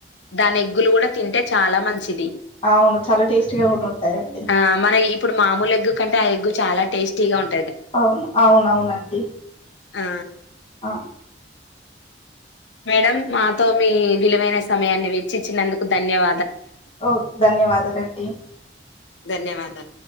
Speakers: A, on the left; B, on the left.
A: దాని ఎగ్గులు కూడ తింటే చాల మంచిది
B: అవును చాలా టేస్టీగా కూడా ఉంటాయండి
A: ఆ మన ఇప్పుడు మామూలు ఎగ్ క ఆ ఎగ్గు చాల టేస్టీగా ఉ
B: అవును అవునవునండి
A: ఆ
B: ఆ
A: మేడం మాతో మీ విలువైన సమయాన్ని వెచ్చిచ్చినందుకు ధన్యవ
B: ఓ ధన్యవాదాలండి
A: ధన్యవాద